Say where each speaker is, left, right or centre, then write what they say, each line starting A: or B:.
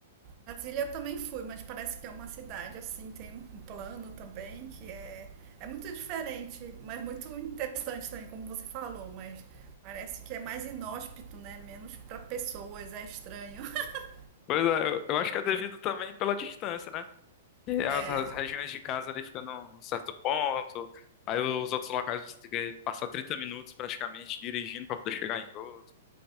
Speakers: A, on the right; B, on the left.
A: Brasília eu também fui, mas parece que é uma cidade assim, tem um plano também que é, é muito diferente, mas muito interessante também, como você falou, mas parece que é mais inóspito, né? Menos para pessoas, é estranho. <laughs>
B: Pois é, eu, eu acho que é devido também pela distância, né? E as,
A: É,
B: as regiões de casa ali ficando um certo ponto, aí os outros locais você tem que passar 30 minutos praticamente dirigindo para poder chegar em outro.